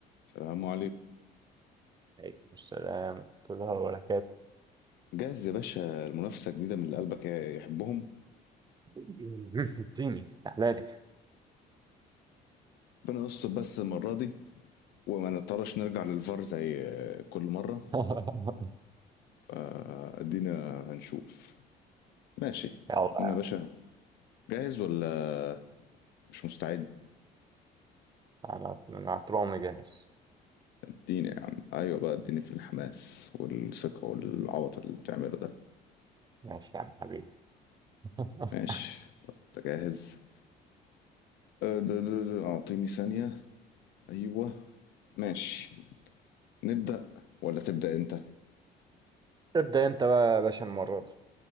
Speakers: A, on the left; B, on the right.
A: السلام عليكم
B: عليكم السلام ورحمة الله وبركاته
A: جهز يا باشا المنافسة الجديدة من اللي قلبك يحبهم
B: <laughs> اديني احلالي
A: ربنا يستر بس المرة دي وما نضطرش نرجع للفار زي كل مرة
B: <laughs>
A: فادينا هنشوف ماشي
B: يلا
A: قلنا يا باشا جاهز ولا مش مستعد
B: انا انا طول عمري جاهز
A: اديني يا عم ايوه بقى اديني في الحماس والثقة والعبط اللي بتعمله ده
B: ماشي يا عم حبيبي <laughs>
A: ماشي طب انت جاهز أه، د- د- د- اعطيني ثانية ايوه ماشي نبدأ ولا تبدأ انت
B: ابدأ انت بقى يا باشا المرة دي